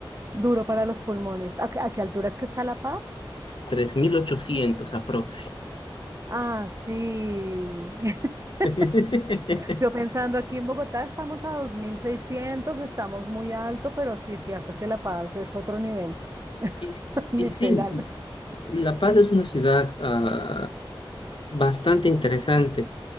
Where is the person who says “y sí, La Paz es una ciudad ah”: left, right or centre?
Left